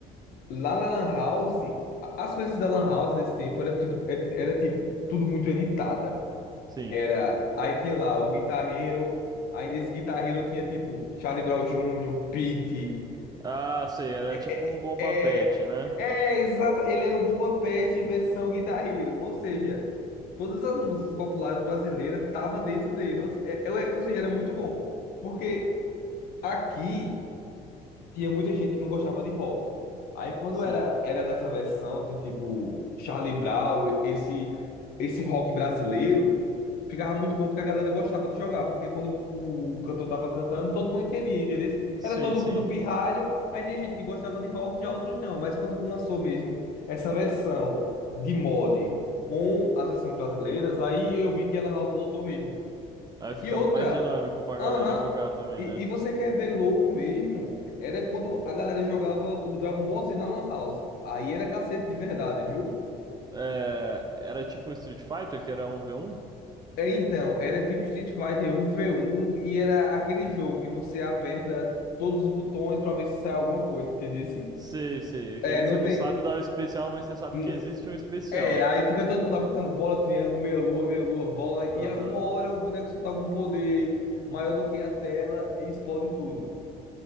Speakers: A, on the left; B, on the right.
A: lá na Lan House, a- as coisas da Lan House nesse tempo era tudo, era era, tipo, tudo muito editada.
B: sim.
A: Era, aí tinha lá o Guitar Hero, aí nesse Guitar Hero tinha tipo Charlie Brown Jr., Pete.
B: Ah, sei, era
A: É,
B: tipo um bomba
A: é
B: pet, né?
A: é exato. Ele era um Boba Fett versão Guitar Hero. Ou seja, todas as músicas populares brasileiras estavam dentro dele. Ou, se- é- é- ou seja, era muito bom. Porque aqui tinha muita gente que não gostava de rock. Aí quando
B: Sim.
A: era era nessa versão de tipo Charlie Brown, esse esse rock brasileiro, ficava muito bom porque a galera gostava de jogar, porque quando o cantor tava cantando, todo mundo entendia, entendeu?
B: Sim,
A: Era todo
B: sim.
A: mundo pirralho, aí tinha gente que gostava de rock, já outros não, mas quando lançou mesmo essa versão de mod com as versões brasileiras, aí eu vi que a Lan House lotou mesmo.
B: Aí ficava
A: E outra,
B: mais dinâmico pra galera
A: aham,
B: jogar também,
A: E,
B: né?
A: e você quer ver louco mesmo? Era quando a galera jogava o Dragon Ball Z na Lan House. Aí era cacete de verdade, viu?
B: É, era tipo um Street Fighter, que era um v um.
A: É, então, era tipo Street Fighter um v um e era aquele jogo que você aperta todos os botões pra ver se sai alguma coisa, entendeu?
B: Sei, sei. Aquele
A: É, não
B: que você não
A: tem.
B: sabe dar o especial, mas você sabe
A: hum,
B: que existe um especial.
A: É, aí fica todo mundo apertando bola, triângulo, meia lua, meia lua, bola,
B: Aham.
A: e a- uma hora o boneco solta algum poder maior do que a tela e explode tudo.